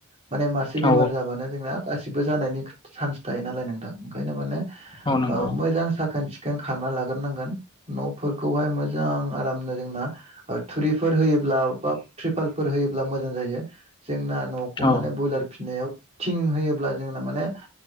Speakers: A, on the right (about 30°); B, on the left (about 20°).
A: माने मासे
B: औ
A: बेमार जाबानो जोंना गासिबो जानायनि सान्स थायो नालाय नोंथां ओंखायनो माने
B: औ नंगौ
A: मोजां साखोन सिखोन खालामना लाग्रोनांगोन न'फोरखौहाय मोजां आरामनो जोंना थुरिफोर होयोब्ला बा ट्रिपालफोर होयो ब्ला मोजां जायो जोंना न'खौ
B: औ
A: माने बयलार फिसिनायाव थिं होयोब्ला जोंना माने